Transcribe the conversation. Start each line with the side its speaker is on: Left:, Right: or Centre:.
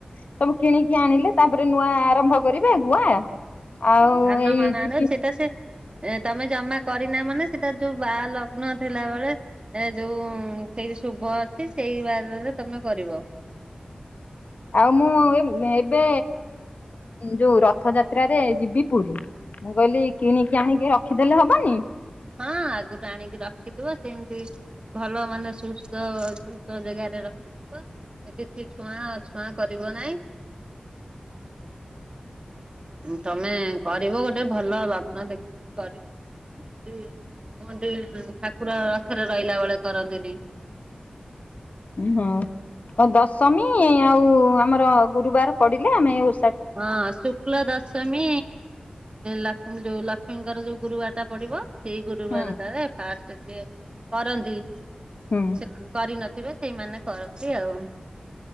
Left: ସବୁ କିଣିକି ଆଣିଲେ ତାପରେ ନୂଆ ଆରମ୍ଭ କରିବେ ଗୁଆ ଆଉ
Right: ହଁ ଧାନ
Left: ଏଇ
Right: ମାଣା
Left: ଯିବି
Right: ଆଣି ସେଇଟା ସେ ଏ ତମେ ଜମା କରିନା ମାନେ ସେଟା ଯୋଉ ବା ଲଗ୍ନ ଥିଲାବେଳେ ଏ ଯୋଉ ସେଇ ଶୁଭ ଅଛି ସେଇ ବାରରେ ତମେ କରିବ।
Left: ଆଉ ମୁଁ ଏବେ ଯୋଉ ର ରଥଯାତ୍ରାରେ ଯିବି ପୁରୀ ମୁଁ କହିଲି କିଣିକି ଆଣିକି ରଖିଦେଲେ ହବନି?
Right: ହଁ ଆଗରୁ ଆଣିକି ରଖିଥିବ ସେମିତି ଭଲ ମାନେ ସୁସ୍ଥ ସୁସ୍ଥ ଜାଗା ରଖିଥିବ କିଛି ଛୁଆଁ ଅଛୁଆଁ କରିବ ନାଇଁ। ତମେ କରିବ ଗୋଟେ ଭଲ ଲଗ୍ନ ଦେଖିକି କରିବ। କୁହନ୍ତି ଠାକୁର ରଥରେ ରହିଲା ବେଳେ କରନ୍ତିନି।
Left: ହଁ ଦଶମୀ ଆଉ ଆମର ଗୁରୁବାର ପଡିଲେ ଆମେ ଏ ଓ
Right: ହଁ ଶୁକ୍ଲ ଦଶମୀ ଲକ୍ଷ୍ ଯୋଉ ଲକ୍ଷ୍ମୀଙ୍କର ଯୋଉ ଗୁରୁବାର ଟା ପଡିବ ସେଇ ଗୁରୁବାର
Left: ହୁଁ
Right: ଟାରେ ଫାଷ୍ଟ କରନ୍ତି
Left: ହୁଁ
Right: ସେ କରି ନ ଥିବେ ସେଇମାନେ କରନ୍ତି ଆଉ।